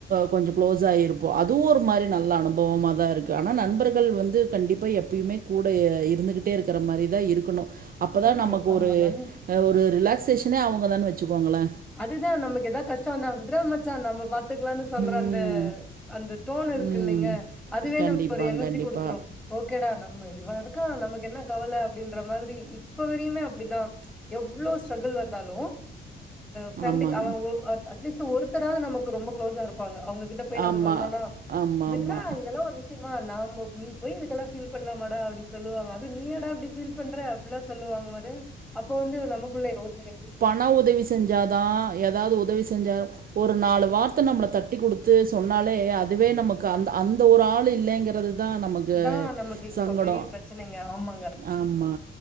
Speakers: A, on the right; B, in the centre.
A: கொஞ்ச க்ளோஸ் ஆயி இருப்போ அதுவு ஒரு மாரி நல்ல அனுபவமா தா இருக்கு ஆனா நண்பர்கள் வந்து கண்டிப்பா எப்பயுமே கூட இருந்துகிட்டே இருக்கிற மாரிதா இருக்கணு அப்பதா
B: இருக்கு.
A: நமக்கு
B: ஆமா.
A: ஒரு
B: நன்
A: ஒரு ரிலாக்சேஷனே அவுங்க தான் வச்சுக்கோங்ளே
B: அதுதா நமக்கு ஏதாவ கஷ்ட வந்தா விட்ற மச்சா நம்ம பார்த்துக்கலான்னு சொல்ற
A: ம்.
B: அந்த அந்த டோன் இருக்கு
A: ம்
B: இல்லைங்க அதுவே
A: கண்டிப்பாங்
B: நம்ம எனர்ஜி
A: கண்டிப்பா
B: குடுத்துரு ஓகேடா நம் இவா இருக்கா நமக்கு என்ன கவல அப்டின்ற மாரி இப்ப வரையுமே அப்டிதா எவ்ளோ ஸ்ட்ரகுள் வந்தாலு ஃப்ரெண்ட்டு
A: ஆமாங்
B: அவன் அட்லீஸ் ஒருத்தராது நமக்கு ரொம்ப க்ளோஸ்சா இருப்பாங்க கிட்ட போய் நம்ம
A: ஆமா.
B: சொன்னோனா
A: ஆமா,
B: விட்றா
A: ஆமா.
B: இதெல்லா ஒரு விஷ் யமா நாம நீ போய் இதுக்கெல்லா ஃபீல் பண்லாமாடா அப்டின் சொல்லுவாங்க அது நீயாடா அப்டி ஃபீல் பண்ற அப்புலா சொல்லுவாங்க பாரு அப்ப வந்து நமக்குள்ளே ஓகே
A: எதுனா உதவி செஞ்சாதா ஏதாவது உதவி செஞ்ச ஒரு நாலு வார்த்த நம்ள தட்டி குடுத்து சொன்னாலே அதுவே நமக்கு அந்த ஒரு ஆள் இல்லங்கிற அது தா நமக்கு
B: இதா நமக்கு இப்போ
A: சங்கடோ
B: பெரிய பிரச்சனைங்க ஆமாங்க
A: ஆமா